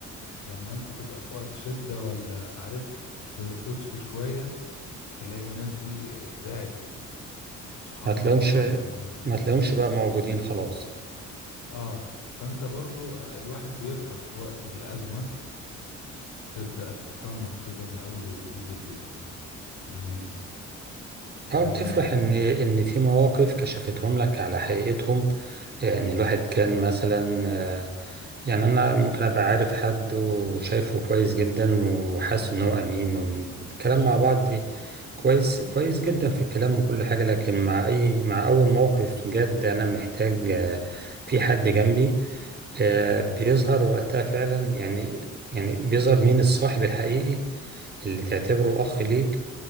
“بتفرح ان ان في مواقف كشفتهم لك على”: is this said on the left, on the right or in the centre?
Right